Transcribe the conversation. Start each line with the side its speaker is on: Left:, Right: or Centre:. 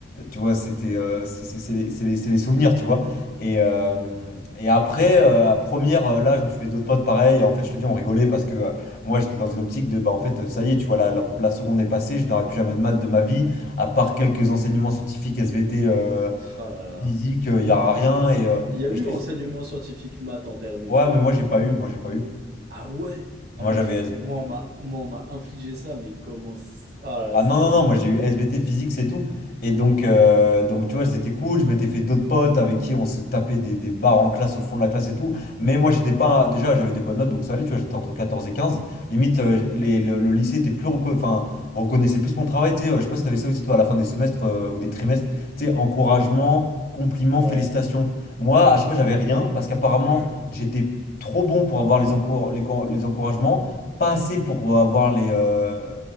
Left: tu vois, c'était, euh, c'est c'est- c'est les, c'est les- c'est les souvenirs, tu vois. Et, euh, et après, euh, à première, euh, là, je me suis fait d'autres potes pareil. Et en fait, je te dis, on rigolait parce que euh, moi, j'étais dans une optique de, bah, en fait, euh, ça y est, tu vois, la, la, la seconde est passée, je n'aurai plus jamais de maths de ma vie, à part quelques enseignements scientifiques, SVT, euh,
Right: Ah là là.
Left: physique, euh, il n'y
Right: N-
Left: aura rien. Et, euh,
Right: Il y a
Left: et
Right: eu
Left: je te
Right: enseignement
Left: dis,
Right: scientifique maths en terminale
Left: ouais, mais
Right: hein.
Left: moi, j'ai pas eu, moi, j'ai pas eu.
Right: Ah ouais. Ah,
Left: Moi,
Right: moi
Left: j'avais
Right: je moi on m'a moi, on m'a infligé ça mais comment c- ah là là,
Left: Ah
Right: c'était
Left: non, non,
Right: horrible.
Left: non, moi j'ai eu SVT physique, c'est tout. Et donc, euh, donc tu vois, c'était cool. Je m'étais fait d'autres potes avec qui on se tapait des, des barres en classe, au fond de la classe et tout. Mais moi, j'étais pas. Déjà, j'avais des bonnes notes, donc ça allait, tu vois, j'étais entre quatorze et quinze Limite, euh, les- le, le lycée était plus reco- enfin, reconnaissait plus mon travail. Tu sais, euh, je sais pas si t'avais ça aussi, toi, à la fin des semestres euh, ou des trimestres. Tu sais, encouragement, compliments,
Right: Ouais.
Left: félicitations. Moi, à chaque fois, j'avais rien parce qu'apparemment,
Right: <clears throat>
Left: j'étais trop bon pour avoir les, encour- les, co- les encouragements, pas assez pour avoir les euh,